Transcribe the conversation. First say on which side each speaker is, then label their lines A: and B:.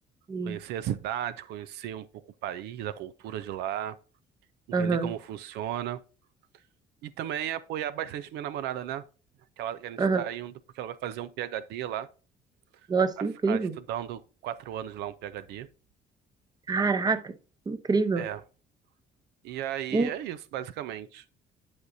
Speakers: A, on the right; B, on the right.
A: sim.
B: conhecer a cidade, conhecer um pouco o país, a cultura de lá, entender
A: Aham,
B: como funciona. E também apoiar bastante minha namorada, né? Que ela, que a gente
A: aham.
B: tá indo porque ela vai fazer um PhD lá.
A: Nossa,
B: a ficar
A: incrível.
B: estudando quatro anos lá um PhD.
A: Caraca, incrível.
B: É. E aí
A: Uh,
B: é isso, basicamente.